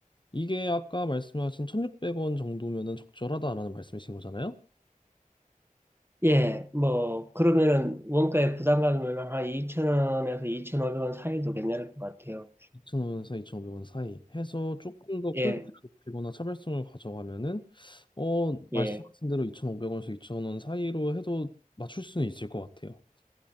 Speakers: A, on the left; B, on the right.
A: 이게 아까 말씀하신 1,600원 정도면은 적절하다라는 말씀이신 거잖아요?
B: 예. 뭐 그러면은 원가에 부담 가면은 한 2,000원에서 2,500원 사이도 괜찮을 것 같아요.
A: 2,000원에서 2,500원 사이 해서 조금 더 퀄리티를
B: 예.
A: 높이거나 차별성을 가져가면은 어, 말씀하신
B: 예.
A: 대로 2,500원에서 2,000원 사이로 해도 맞출 수는 있을 것 같아요.